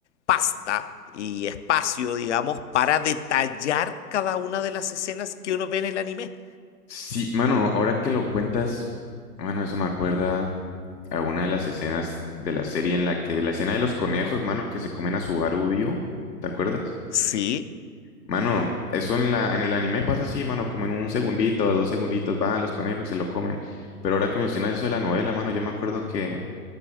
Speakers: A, on the left; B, on the left.
A: pasta y espacio, digamos, para detallar cada una de las escenas que uno ve en el anime.
B: sí, mano, ahora que lo cuentas, mano, eso me acuerda a una de las escenas de la serie en la que, la escena de los conejos, mano, que se comen a Subaru vivo, ¿te acuerdas?
A: Sí,
B: Mano, eso en la, en el anime pasa así, mano, como en un segundito, dos segunditos, van los conejos y se lo comen. Pero ahora que mencionas eso de la novela, mano, yo me acuerdo que